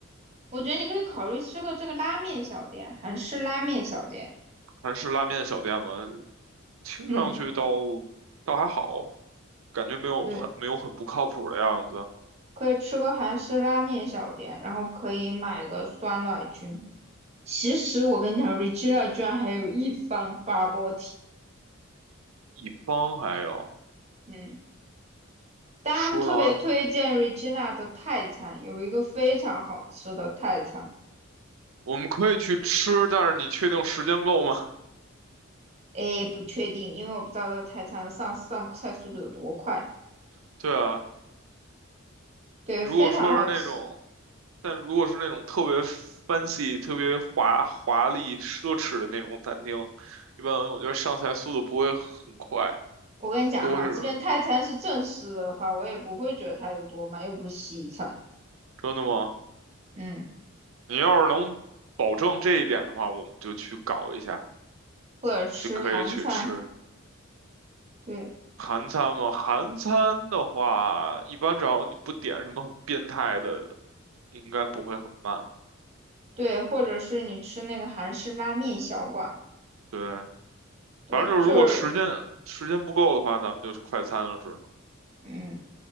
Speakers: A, on the right (about 30°); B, on the right (about 75°).
A: 我觉得你可以考虑吃个这个拉面小店，韩式拉面小店。
B: 韩式拉面小店嘛，听上去倒
A: 嗯，
B: 倒还好，感觉没有很没有很不靠谱的样子。
A: 对，可以吃个韩式拉面小店，然后可以买个酸奶菌。其实我跟你讲，Regina 居然还有一方 b u b
B: 一方还有
A: 嗯，但他们特别推荐
B: 说的好像
A: Regina 的泰餐，有一个非常好吃的泰餐。
B: 我们可以去吃，但是你确定时间够吗？
A: 诶，不确定，因为我不知道这个泰餐上上菜速度有多快。
B: <laughs> 对啊。
A: 对，
B: 如果说是那种，
A: 非常好吃。
B: 但如果是那种特别 fancy、特别华华丽、奢侈的那种餐厅，一般我觉得上菜速度不会很快，
A: 我跟你讲哈，
B: 都会是
A: 即便泰餐是正式的话，我也不会觉得它有多慢，又不是西餐。
B: 真的吗？
A: 嗯，
B: 你要是能保证这一点的话，我们就去搞一下，
A: 或者吃韩餐，
B: 就可以去吃
A: 对
B: 韩餐嘛。韩餐的话，一般只要你不点什么很变态的，应该不会很慢。
A: 对，或者是你吃那个韩式拉面小馆，
B: 对，
A: 对，
B: 反正就是如果时间时间不够的话，
A: 就是
B: 咱们就是快餐了，只能
A: 嗯，